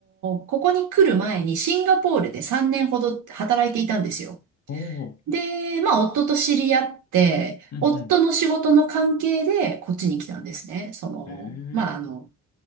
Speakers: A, on the right; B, on the left.
A: ーここに来る前にシンガポールで3年ほど働いていたんですよ。
B: おお、
A: で、まあ、夫と知り合って、
B: うん、
A: 夫の仕事の関係で、
B: うん。
A: こっちに来たんですね。その、
B: ええー
A: まあ、あの、